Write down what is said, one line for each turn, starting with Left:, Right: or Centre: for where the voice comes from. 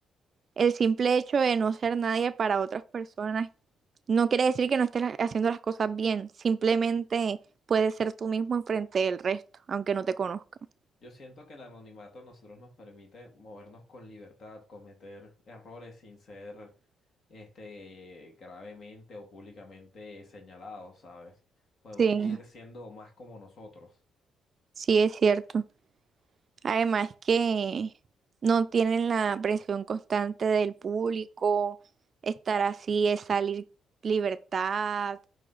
Right: el simple hecho de no ser nadie para otras personas no quiere decir que no estés la- haciendo las cosas bien, simplemente puedes ser tú mismo enfrente del resto, aunque no te conozcan.
Left: Yo siento que el anonimato a nosotros nos permite movernos con libertad, cometer errores sin ser este gravemente o públicamente señalados, ¿sabes? Podemos
Right: Sí,
Left: vivir siendo más como nosotros.
Right: sí es cierto. Además que no tienen la presión constante del público, estar así es salir libertad,